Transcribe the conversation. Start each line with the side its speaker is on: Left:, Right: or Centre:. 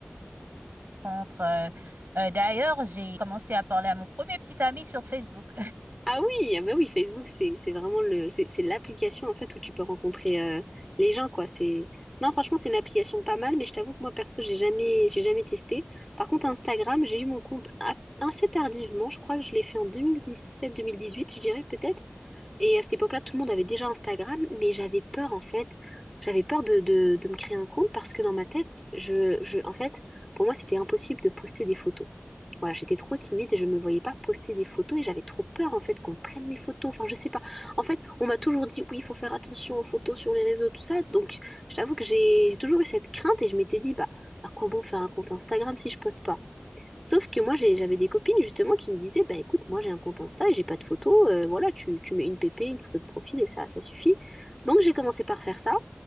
Right: rencontres. euh, euh, d'ailleurs, j'ai commencé à parler à mon premier petit ami sur Facebook.
Centre: Ah oui, ah bah oui, Facebook, c'est, c'est vraiment le, c'est, c'est l'application en fait où tu peux rencontrer euh, les gens, quoi. C'est, non, franchement, c'est une application pas mal, mais je t'avoue que moi, perso, j'ai jamais, j'ai jamais testé. Par contre, Instagram, j'ai eu mon compte a- assez tardivement. Je crois que je l'ai fait en 2017-2018, je dirais peut-être. Et à cette époque-là, tout le monde avait déjà Instagram, mais j'avais peur en fait. J'avais peur de, de- de me créer un compte parce que dans ma tête, je, je- en fait, pour moi, c'était impossible de poster des photos. Voilà, j'étais trop timide et je me voyais pas poster des photos et j'avais trop peur en fait qu'on prenne mes photos. Enfin, je sais pas. En fait, on m'a toujours dit oui, il faut faire attention aux photos sur les réseaux, tout ça. Donc, je t'avoue que j'ai j'ai toujours eu cette crainte et je m'étais dit bah à quoi bon faire un compte Instagram si je poste pas? Sauf que moi, j'ai- j'avais des copines justement qui me disaient, bah écoute, moi j'ai un compte Insta et j'ai pas de photo, euh, voilà, tu, tu mets une PP, une photo de profil et ça, ça suffit. Donc j'ai commencé par faire ça